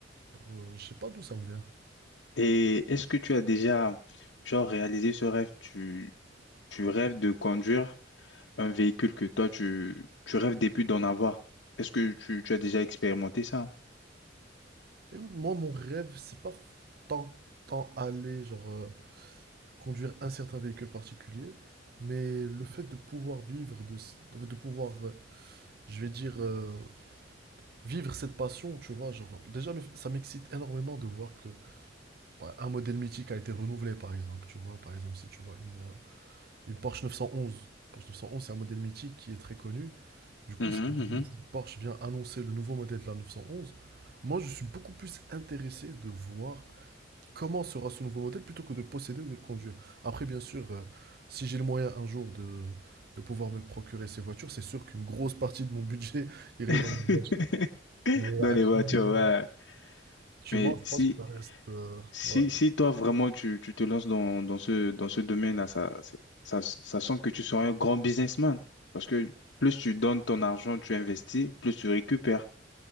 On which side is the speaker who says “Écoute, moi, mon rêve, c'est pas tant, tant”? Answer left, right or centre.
Right